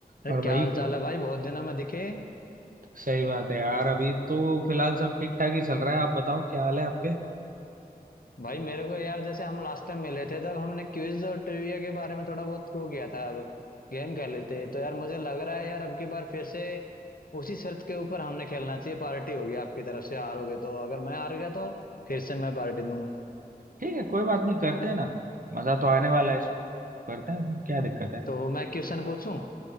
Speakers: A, on the left (about 65°); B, on the right (about 60°).
A: अरे
B: और
A: क्या
B: भाई
A: हाल चाल है भाई बहुत दिनों में दिखे
B: सही बात है यार अभी तो फिलहाल सब ठीक ठाक ही चल रहा है आप बताओ क्या हाल है आपके
A: भाई मेरे को यार जैसे हम लास्ट टाइम मिले थे तब हमने क्विज और ट्रिविया के बारे में थोड़ा बहुत वो किया था अब गेम खेल रहे थे तो यार मुझे लग रहा है यार अब की बार फिर से उसी शर्त के ऊपर हमने खेलना चाहिए पार्टी होगी आपकी तरफ से हारोगे तो अगर मैं हार गया तो फिर से मैं पार्टी दूंगा
B: ठीक है कोई बात नहीं करते हैं ना मजा तो आने वाला है इसमें करते हैं फिर क्या दिक्कत है
A: तो मैं क्वेश्चन पूछूं